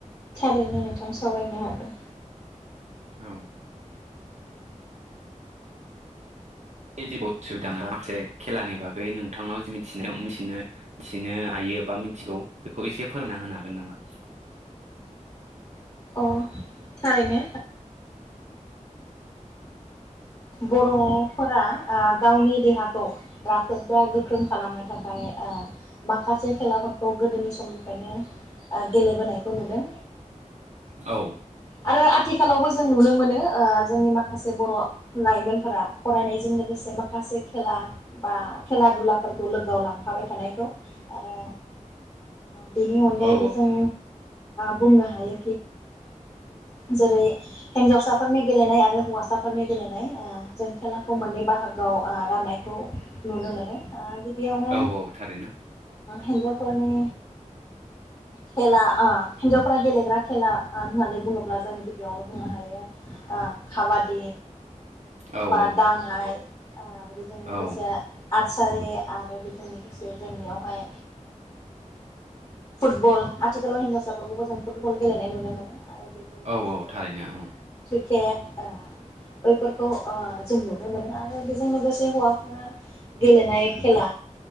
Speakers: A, on the left; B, on the right.
A: थारैनो नोंथां सावरायनो हागोन।
B: औ ओ जेबो असुबिदा मोनाबा खेलानि बागै नोंथांनाव जि मिथिनाय मिथिनो हायो बा मिथिगौ बेखौ एसे फोरोंना होनो हागोन नामा?
A: अ थारैनो बर'फोरा गावनि देहाखौ राफोद बा गोख्रों खालामनो थाखाय माखासे खेलाफोरखौ गोदोनि समनिफ्रायनो गेलेबोनायखौ नुदों।
B: औ
A: आरो आथिखालावबो जों नुनो मोनो जोंनि माखासे बर' लाइमोनफोरा फरायनायजों लोगोसे माखासे खेला बा खेला दुलाफोरखौ लोगोआव लांफा। थाबाय थानायखौ आरो बेनि अनगायैबो
B: औ
A: जों बुंनो हायो। जेरै हिन्जावसाफोरनि गेलेनाय आरो हौवासाफोरनि गेलेनाय जों खेलाखौ मोननै बाहागोआव राननायखौ नुनो मोनो। बेयावनो
B: औ औ थारैनो
A: हिन्जावफोरनि खेला हिन्जावफ्रा गेलेग्रा खेला होननानै बुङोब्ला जों गिबियावनो बुंनो हायो काबादि
B: औ
A: बा
B: औ
A: बाङाय बेजों लोगोसे
B: औ
A: आरचारि आरो बेजों लोगोसे जोंनियावहाय फुटबल आथिखालाव हिनजावसाफोरखौबो जों फुटबल गेलेनाय नुनो मोनो। आरो बेजों लोगोसे
B: औ औ थारैनो औ
A: क्रिकेट बैफोरखौ जों नुनो मोनो आरो बेजों लोगोसे हौवा गेलेनाय खेला